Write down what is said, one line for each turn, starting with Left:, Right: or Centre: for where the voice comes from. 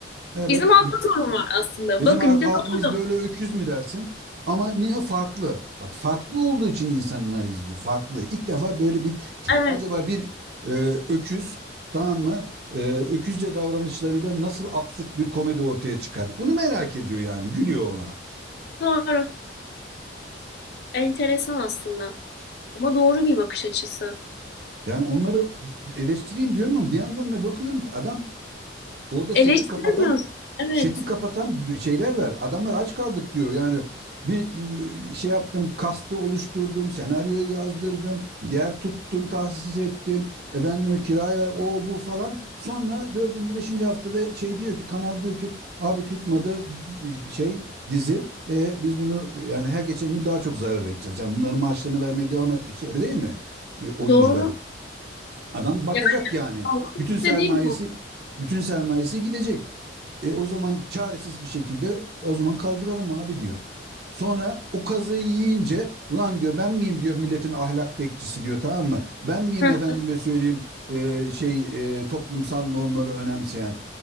Right: evet.
Left: Bizim altta sorun var aslında.
Right: Bizim
Left: Bakınca
Right: halkımız
Left: doğru.
Right: böyle öküz mü dersin? Ama ne farklı? Bak farklı olduğu için insanlar izliyor. Farklı. İlk defa böyle bir tip.
Left: Evet,
Right: Acaba bir e, öküz tamam mı? E, öküzce davranışlarıyla nasıl absürt bir komedi ortaya çıkar? Bunu merak ediyor yani. Gülüyor ona.
Left: doğru. Enteresan aslında. Ama doğru bir bakış açısı.
Right: Yani onları eleştireyim diyorum ama bir yandan da bakıyorum ki adam orada
Left: Eleştiremiyorsun.
Right: seti kapatan
Left: Evet,
Right: seti kapatan şeyler var. Adamlar aç kaldık diyor. Yani bir ıı, şey yaptım, kastı oluşturdum, senaryoyu yazdırdım, yer tuttum, tahsis ettim. Efendim kirayı ver, o bu falan. Sonra dördüncü, beşinci haftada şey diyor ki, kanal diyor ki abi tutmadı şey dizi. E, biz bunu yani her geçen gün daha çok zarar edeceğiz. Yani bunların maaşlarını vermeye devam ettikçe öyle değil mi? E, Oyuncular
Left: doğru.
Right: Adam batacak
Left: Yani
Right: yani.
Left: halkın
Right: Bütün
Left: istediği
Right: sermayesi
Left: bu.
Right: bütün sermayesi gidecek. E, o zaman çaresiz bir şekilde o zaman kaldıralım abi diyor. Sonra o kazayı yiyince ulan diyor ben miyim diyor milletin ahlak bekçisi diyor tamam mı? Ben miyim
Left: Heh,
Right: efendime söyleyeyim e, şey e, toplumsal normları önemseyen?